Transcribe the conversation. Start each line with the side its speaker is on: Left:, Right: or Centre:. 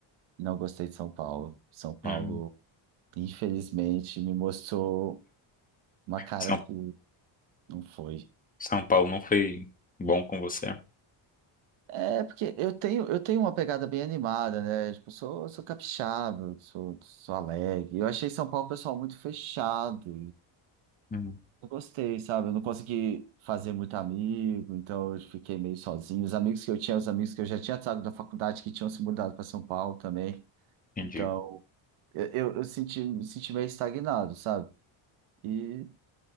Right: não gostei de São Paulo. São Paulo,
Left: Hum.
Right: infelizmente, me mostrou uma cara
Left: São,
Right: que não foi.
Left: São Paulo não foi bom com você?
Right: É porque eu tenho, eu tenho uma pegada bem animada, né? Tipo, eu sou, sou capixaba, eu sou, sou alegre. Eu achei São Paulo, um pessoal, muito fechado.
Left: Hum,
Right: Eu gostei, sabe? Eu não consegui fazer muito amigo, então eu fiquei meio sozinho. Os amigos que eu tinha, os amigos que eu já tinha sabe, da faculdade, que tinham se mudado para São Paulo também.
Left: entendi.
Right: Então, eu, eu, eu senti, me senti meio estagnado, sabe? E,